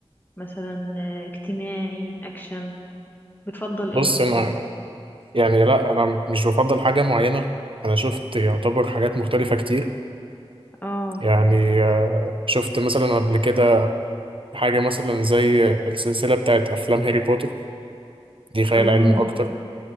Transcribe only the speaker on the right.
بص
انا يعني لا انا مش بفضل حاجه معينه انا شفت يعتبر حاجات مختلفه كتير
يعني آه، شفت مثلا قبل كده حاجه مثلا زي السلسله بتاعت افلام هاري بوتر دي خيال
علمي اكتر